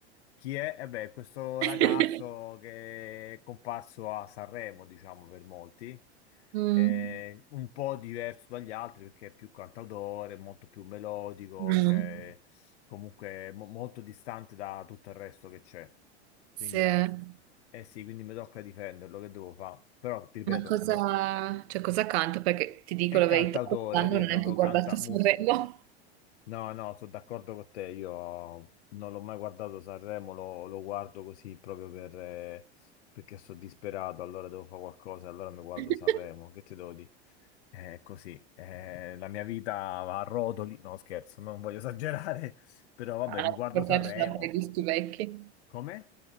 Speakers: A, on the left; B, on the right.
A: Chi è? Eh beh, questo
B: <laughs>
A: ragazzo che è comparso a Sanremo, diciamo per molti,
B: Mm,
A: è un po' diverso dagli altri perché è più cantautore, molto più melodico,
B: mm,
A: cioè comunque mo- molto distante da tutto il resto che c'è.
B: Sì.
A: Quindi,
B: Ma
A: ah, eh sì, quindi mi tocca difenderlo, che devo fare? Però, ti ripeto,
B: cosa,
A: no-
B: cioè, cosa canta? Perché ti dico
A: è
B: la
A: cantautore,
B: verità, quest'anno
A: lui
B: non
A: è
B: ho
A: proprio
B: neanche guardato
A: canta
B: Sanremo.
A: No, no, sono d'accordo con te. Io non l'ho mai guardato Sanremo, lo, lo guardo così proprio per, eh, perché sono disperato. Allora devo fare qualcosa, allora mi guardo
B: <laughs>
A: Sanremo. Che ti devo dire? È così. eh, la mia vita va a rotoli. No, scherzo, non voglio esagerare, <laughs> però vabbè,
B: Ah,
A: mi
B: no,
A: guardo
B: per fortuna
A: Sanremo.
B: ci sono ancora i dischi vecchi.
A: Come?